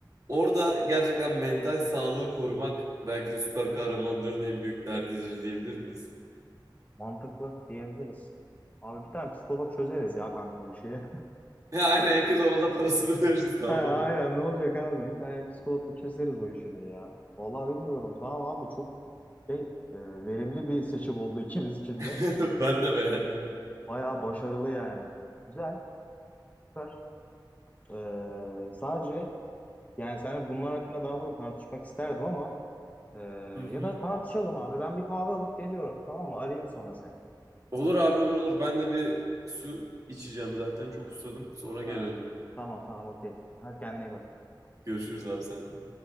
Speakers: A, on the right; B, on the left.
A: orada gerçekten mental sağlığı korumak belki de süper kahramanların en büyük derdidir diyebilir miyiz? <laughs>
B: Mantıklı diyebiliriz. Abi bir tane psikolog çözeriz ya kanka o işi. <laughs>
A: Ya aynen en kötü ona da parasını <laughs> veririz ne yapalım.
B: He, aynen ne olacak abi? Bir tane psikologla çözeriz o işi de ya. Vallahi bilmiyorum. Tamam abi çok şey, e, verimli bir seçim oldu ikimiz için
A: <laughs>
B: de.
A: Ben de beğendim.
B: Bayağı başarılı yani. Güzel, süper. Ee, sadece yani sen bunlar hakkında daha fazla tartışmak isterdim ama e,
A: Hı hı.
B: ya da tartışalım abi. Ben bir kahve alıp geliyorum. Tamam mı? Arayayım sonra seni.
A: Olur abi olur olur. Ben de bir su içeceğim zaten. Çok susadım. Sonra gelelim.
B: Ha. Tamam tamam okey. Hadi kendine iyi bak.
A: Görüşürüz abi sen de.